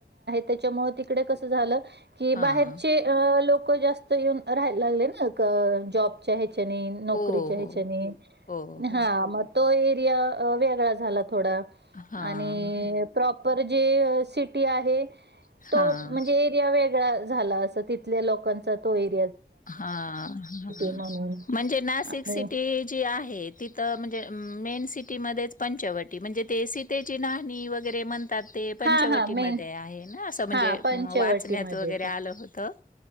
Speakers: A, on the right (about 85°); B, on the left (about 50°).
A: त्याच्यामुळे तिकडे कस झालं कि
B: हां.
A: बाहेरचे लोक जास्त येऊन राहायला लागले ना जॉबच्या हेच्यानी नोकरीच्या
B: हो, हो.
A: हेच्यानी
B: हो, हो.
A: हा मग तो ऐरिया वेगळा झाला, थोडा
B: हां,
A: आणि
B: हां,
A: प्रॉपर जे सिटी आहे
B: हां,
A: तो म्हणजे ऐरिया वेगळा झाला अस तिथल्या लोकांचा तो एक
B: हा
A: म्हणून
B: <inaudible> म्हणजे नाशिक
A: आणि
B: सिटी जी आहे तिथ म्हणजे मेन सिटी पंचवटी म्हणजे सितिची नहानी वगैरे आता ते पंचवटीमध्ये
A: हां, हां. मेन
B: आहे ना असं म्हणजे
A: हां, पंचवटीमध्ये
B: वाचण्यात वगैरे
A: ते.
B: आलं होत